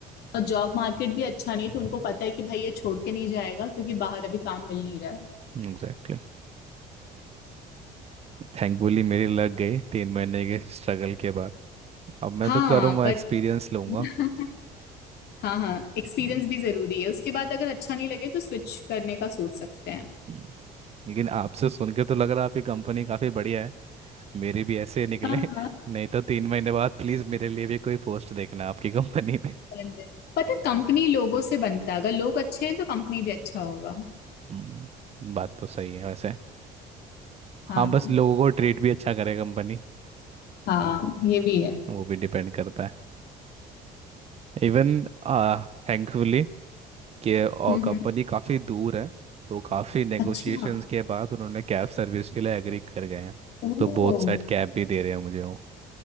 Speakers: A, on the left; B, on the right.
A: और जॉब मार्केट भी अच्छा नहीं तो उनको पता है कि भाई ये छोड़ के नहीं जाएगा क्योंकि बाहर अभी काम मिल नहीं रहा है
B: एग्जैक्टली थैंकफुली मेरी लग गई तीन महीने के स्ट्रगल के बाद अब मैं
A: हाँ
B: तो करूँगा
A: बट
B: एक्सपीरियंस लूँगा
A: <laughs> हाँ हाँ एक्सपीरियंस
B: हम्म,
A: भी जरूरी है उसके बाद अगर अच्छा नहीं लगे तो स्विच करने का सोच सकते हैं
B: हम्म। लेकिन आपसे सुन के तो लग रहा है आपकी कंपनी काफ़ी बढ़िया है मेरे भी ऐसे निकले
A: हाँ
B: <laughs> नहीं तो तीन महीने बाद प्लीज मेरे लिए भी कोई पोस्ट देखना आपकी कंपनी में
A: समझे? <laughs> पता कंपनी लोगों से बनता है अगर लोग अच्छे हैं तो कंपनी भी अच्छा होगा
B: हम्म, बात तो सही है वैसे
A: हाँ
B: हाँ बस लोगों को ट्रीट भी अच्छा करे कंपनी
A: हाँ ये भी है
B: वो भी डिपेंड करता है इवन थैंकफुली कि
A: हम्म,
B: कंपनी
A: हम्म।
B: काफ़ी दूर है तो काफ़ी नेगोशिएशंस
A: अच्छा
B: के बाद उन्होंने कैब सर्विस के लिए एग्री कर गए हैं
A: ओह
B: तो बोथ साइड कैब भी दे रहे हैं मुझे वो